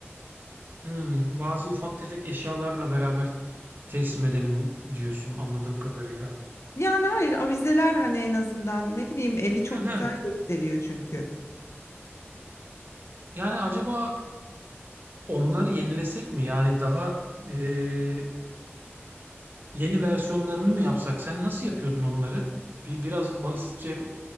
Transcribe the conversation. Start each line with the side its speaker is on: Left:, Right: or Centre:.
Right: hmm, bazı ufak tefek eşyalarla beraber teslim edelim diyorsun anladığım kadarıyla.
Left: Yani hayır avizeler hani en azından ne bileyim evi çok
Right: Hı hı.
Left: güzel gösteriyor çünkü.
Right: Yani acaba onları yenilesek mi? Yani daha eee, yeni versiyonlarını mı yapsak? Sen nasıl yapıyordun onları? Bir biraz basitçe yap-